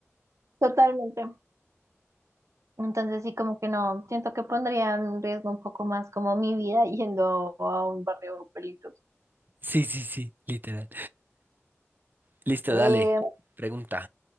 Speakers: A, on the right; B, on the right.
A: totalmente. Entonces sí, como que no, siento que pondría en riesgo un poco más como mi vida <laughs> yendo a un barrio peligroso.
B: Sí, sí, sí, literal. Listo,
A: Eh,
B: dale. Pregunta.